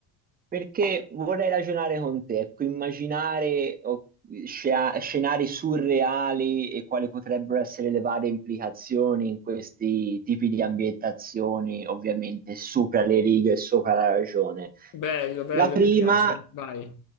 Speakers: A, on the right (about 20°); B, on the left (about 45°).
A: perché vorrei ragionare con te, ecco, immaginare oh, scea- scenari surreali e quali potrebbero essere le varie implicazioni in questi tipi di ambientazioni, ovviamente sopra le righe e sopra la ragione.
B: bello, bello,
A: La prima
B: mi piace, vai.